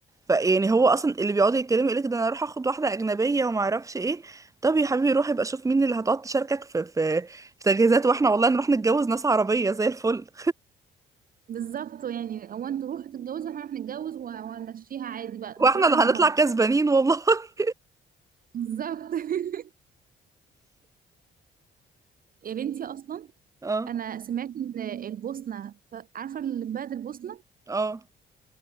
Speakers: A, on the right (about 15°); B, on the right (about 45°).
A: فيعني هو اصلا اللي بيقعدوا يتكلموا يقولك ده انا اروح اخد واحده اجنبيه وما اعرفش ايه طب يا حبيبي روح يبقى شوف مين اللي هتقعد تشاركك في في في تجهيزات واحنا والله نروح نتجوز ناس عربيه زي الفل
B: بالظبط يعني هو انتوا روحوا تتجوزوا احنا هنروح نتجوز و- وهنمشيها عادي بقى
A: <laughs> واحنا
B: كل واحد
A: اللي
B: مصالحه
A: هنطلع كسبانين والله <laughs>
B: بالظبط <laughs> يا بنتي اصلا
A: اه
B: انا سمعت ان البوسنه عارفه اللي في بلد البوسنه
A: اه